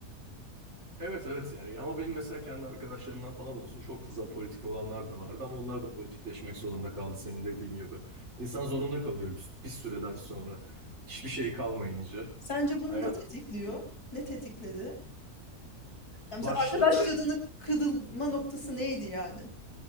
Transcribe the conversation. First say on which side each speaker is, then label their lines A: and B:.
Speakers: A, on the right; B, on the left.
A: Evet evet yani ama benim mesela kendi arkadaşlarımdan falan olsun çok fazla politik olanlar da vardı ama onlar da politikleşmek zorunda kaldı senin dediğin gibi. İnsan zorunda kalıyor bir, bir süreden sonra hiçbir şey kalmayınca.
B: Sence bunu
A: Hayat
B: ne tetikliyor? Ne tetikledi? Ya
A: başta
B: mesela arkadaşlarının kırılma noktası neydi yani?